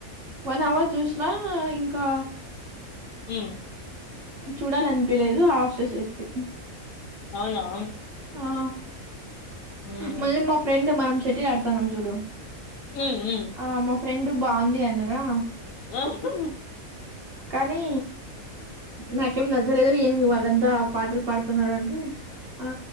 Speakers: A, on the right (about 55°); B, on the left (about 70°).
A: వన్ అవర్ చూశినా ఇంకా
B: హ్
A: చూడాలనిపియలేదు ఆఫ్ చేసేస్తి.
B: అవునా
A: ఆ
B: ఉమ్
A: మళ్ళీ మా ఫ్రెండ్ మనం షటిల్ ఆడుతాన్నాం చూడు
B: ఉ హ్
A: ఆ మా ఫ్రెండ్ బావుంది అన్నరా?
B: ఆహ్ హ్
A: కానీ నాకేం నచ్చలేదు ఏమి వాళ్ళంతా పాటలు పాడుతున్నారు అంటే ఆ